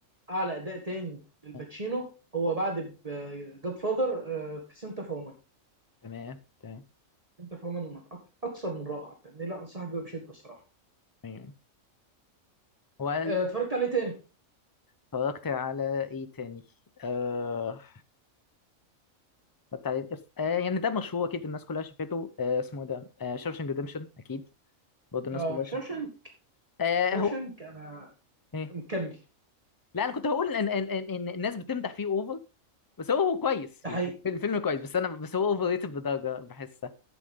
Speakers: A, on the right (about 25°); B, on the left (about 25°).
A: اعلى اداء تاني للباتشينو
B: آه.
A: هو بعد جاد فاذر في سنت اوف وومن
B: تمام تمام
A: سنت اوف وومن اكثر من رائع يعني لا انصحك بيه بشده الصراحه
B: ايوه وقال
A: آه، اتفرجت عليه تاني
B: اتفرجت على ايه تاني آه... اتفرجت على إيه؟ آه... يعني ده مشهور اكيد الناس كلها شافته آه... اسمه إيه ده آه... شاوشنج ريدمشن اكيد برضه الناس
A: اه
B: كلها
A: شوشنك
B: شافته آه...
A: شوشنك
B: هو
A: انا
B: ايه
A: مكمل
B: لا انا كنت هقول ان ان ان إن الناس بتمدح فيه اوفر بس هو هو كويس
A: ده
B: يعني
A: حقيقي
B: الفيلم كويس بس انا بس هو اوفر ريتد بدرجه بحسها